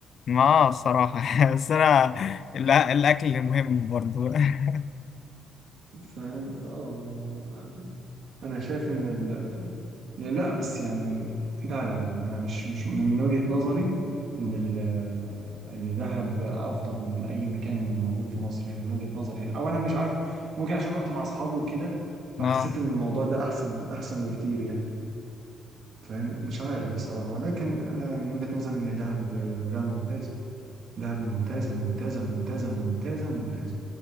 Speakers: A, on the left; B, on the right.
A: اه الصراحة <laughs> بس أنا الأ- الأكل مهم برضو <laughs>
B: فاهم فاه يعني هو- انا شايف ان ال... يعني لا بس يعني لا لا لا لا، انا مش مش من وجهة نظري ان ال... ان دهب افضل من اي مكان موجود في مصر يعني من وجهة نظري يعني او انا مش عارف ممكن عشان رحت مع اصحابي وكده فحسيت
A: اه
B: ان الموضوع ده احسن احسن بكتير يعني فاهم مش عارف بصراحة ولكن انا من وجهة نظري ان دهب آه، لا ممتاز دهب ممتازة ممتازة ممتازة ممتازة ممتازة